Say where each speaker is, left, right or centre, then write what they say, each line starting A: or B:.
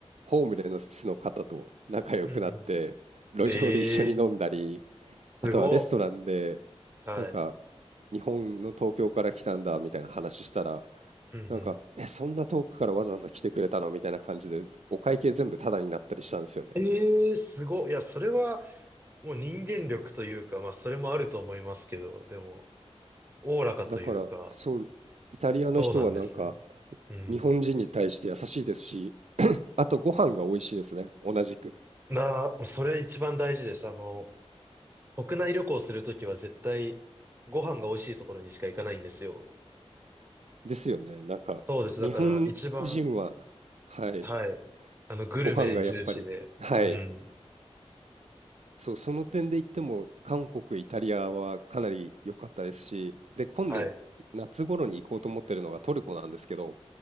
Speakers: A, on the right; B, on the right.
A: ホームレスの方と仲良くなって、
B: うんうん。
A: 路上で一緒に飲んだり、
B: ええーすごっ。
A: あとはレストランで、
B: はい。
A: なんか、日本の東京から来たんだみたいな話したら、
B: うんうん。
A: なんか、え、そんな遠くからわざわざ来てくれたのみたいな感じで、お会計全部タダになったりしたんですよね。
B: ええーすごっ。いや、それはもう人間力というか、まあ、それもあると思いますけど、でも、おおらかというか、
A: だから、そう、イタリアの人はなんか、
B: そうなんですね。うん。
A: 日本人に対して優しいですし、<clears throat> あとご飯が美味しいですね、同じく。
B: なあ、それ一番大事です。あの、国内旅行するときは絶対、ご飯が美味しいところにしか行かないんですよ。
A: ですよね。なんか、
B: そうです。
A: 日本人は、
B: だから、一番、
A: はい、
B: はい。あの、グルメ重視で。
A: ご飯がやっぱり、はい、
B: うん。
A: そう、その点で言っても、韓国、イタリアはかなり良かったですし、で、今度、
B: はい。
A: 夏頃に行こうと思ってるのがトルコなんですけど、